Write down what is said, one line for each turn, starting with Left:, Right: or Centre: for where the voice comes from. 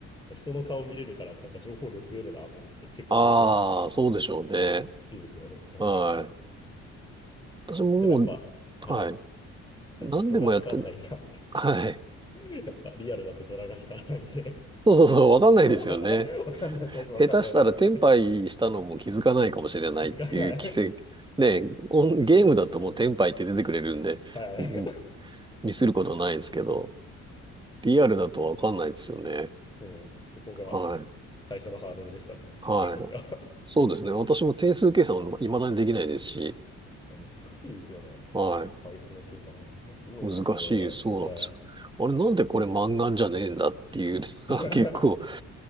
Left: 人の顔見れるから、なんか情報量増えるなと思って、結構面白かったです。
Right: ああ、そうでしょうね。
Left: 好きですね、そっちの方がやっぱ。
Right: はい。私もも
Left: でもやっぱ、はい。
Right: う、はい。
Left: なんか、
Right: 何でもやって、
Left: ドラ引かんないなって
Right: はい。
Left: <laughs> やっぱリアルだとドラが光らないんで
Right: そうそうそう、わかんないですよね。
Left: <laughs> わかんない、最初わかんないなと思って。
Right: 下手したら転敗したのも気づかないかもしれないっていう奇跡。
Left: <laughs> 気づかない
Right: ね、オンゲームだともう転敗って出てくれるんで、
Left: <laughs> そうなんですよね。はい。
Right: うんミスることないですけど、リアルだとわかんないですよね。
Left: <laughs> そうなんですよ。そこが
Right: はい。
Left: 最初のハードルでした、ね。
Right: はい。
Left: 僕にとっては <laughs>
Right: そうですね。私も定数計算は未だにできないですし、
Left: いや、難しいですよね。なんか配布の計算、
Right: はい。
Left: みんなすごいなって思いながら。
Right: 難しい、そうなんですよ。
Left: はい。
Right: あれ、なんでこれ満願じゃねえんだっていうのが
Left: <laughs>
Right: <laughs> 結構、